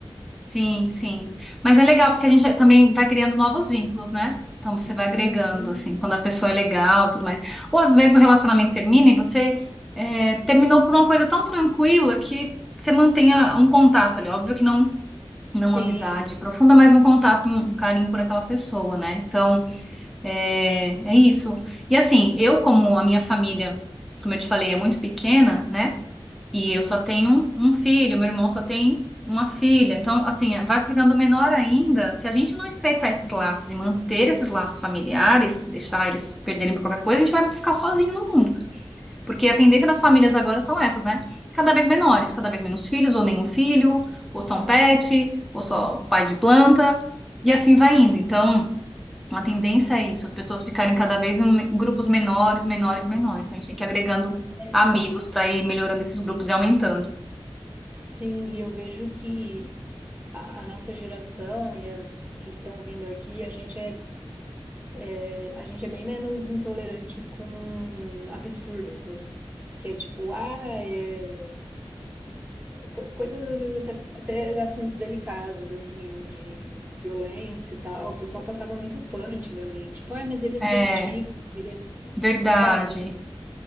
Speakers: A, in the centre; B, on the right (about 20°).
A: sim, sim. Mas é legal porque a gente também vai criando novos vínculos, né? Então você vai agregando,
B: Uhum.
A: assim, quando a pessoa é legal, e tudo mais. Ou às vezes o relacionamento termina e você é, terminou por uma coisa tão tranquila que você mantenha um contato ali. Óbvio que não, não
B: Sim.
A: uma amizade profunda, mas um contato, um, um carinho por aquela pessoa, né? Então é, é isso. E assim, eu, como a minha família, como eu te falei, é muito pequena, né? E eu só tenho um, um filho, meu irmão só tem uma filha. Então, assim, vai ficando menor ainda. Se a gente não estreitar esses laços e manter esses laços familiares, deixar eles perderem por qualquer coisa, a gente vai ficar sozinho no mundo. Porque a tendência das famílias agora são essas, né? Cada vez menores, cada vez menos filhos, ou nenhum filho, ou só um pet, ou só um pai de planta, e assim vai indo. Então, a tendência é isso, as pessoas ficarem cada vez em grupos menores, menores, menores. Então, a gente tem que ir agregando
B: É,
A: amigos para ir melhorando esses grupos e aumentando.
B: Sim, e eu vejo que a, a nossa geração e as que estão vindo aqui, a gente é, é, a gente é bem menos intolerante com absurdos, né? Que é tipo, ah, é... co- coisas às vezes até, até assuntos delicados, assim, de violência e tal. O pessoal passava muito pano antigamente. Tipo, ah, mas ele é
A: É,
B: seu tio, ele é, s-
A: verdade.
B: sabe?